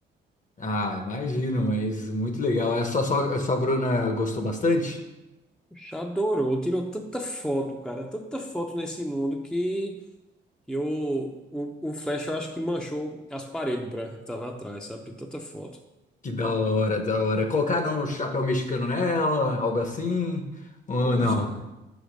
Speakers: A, on the left; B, in the centre.
A: Ah, imagino, mas muito legal. É, A sua sogra, a sua grona gostou bastante?
B: Já adorou, tirou tanta foto, cara, tanta foto nesse mundo que eu, o, o flash eu acho que manchou as paredes brancas que tava atrás, sabe? De Tanta foto.
A: Que da hora, da hora. Colocaram um chapéu mexicano nela, algo assim? Ou
B: Pô, bicho,
A: não?
B: É